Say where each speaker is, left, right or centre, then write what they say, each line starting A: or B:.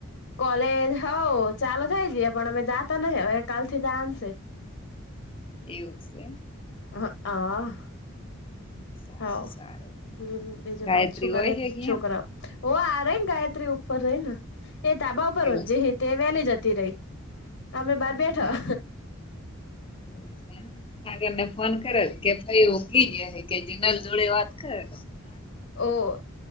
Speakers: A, on the left; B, on the left.
A: કોલેજ હઉ ચાલુ થઈ જઈએ પણ અમે જાતા નહ હવે કાલ થી જશે. <inaudible>
B: એવું જ છે.
A: હ આ.
B: <inaudible>
A: હા ઓ
B: સારું
A: હમ્મ બીજું
B: ગાયત્રી
A: કો છુ કરે
B: હોય હે ક્યાં
A: છોકરાઓ. ઓ આ રઈ ન ગાયત્રી ઉપર રહી ને એ ધાબા ઉપર
B: એવું
A: હો જે હ તે વેલી જતી રહી. અમે બહાર બેઠા.
B: છે એવું છે એમ સાગરને ફોન કરેલ કે ભઈ ઊંઘી ગયા હે કે જીનલ જોડે વાત કર.
A: ઓ